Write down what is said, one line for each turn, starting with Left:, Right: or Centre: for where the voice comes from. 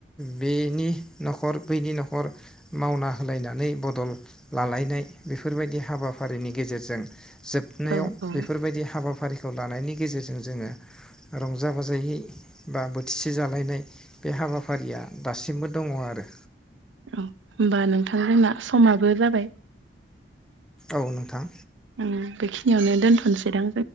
Centre: बेनि न'खर बैनि न'खर मावना होलायनानै बदल लालायनाय बेफोरबायदि हाबाफारिनि गेजेरजों जोबनायाव
Right: औ औ
Centre: बेफोरबायदि हाबाफारिखौ लानायनि गेजेरजों जोङो रंजा बाजायै बा बोथिसे जालायनाय बे हाबाफारिया दासिमबो दङ आरो।
Right: औ होमबा नोंथां जोंना समाबो जाबाय।
Centre: औ नोंथां।
Right: ओं बेखिनियावनो दोनथ'नसै दां।